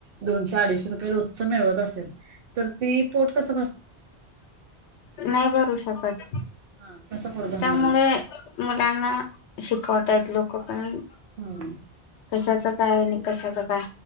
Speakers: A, on the right; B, on the left.
A: दोनशे अडिशे रुपये रोजच मिळवत असेल तर ती पोट कस
B: नाही भरू शकत
A: हा कसं पोट भरणार
B: त्यामुळे मुलांना शिकवता येत. लोक पण....
A: हम्म
B: कशाच काय नि. कशाचं काय.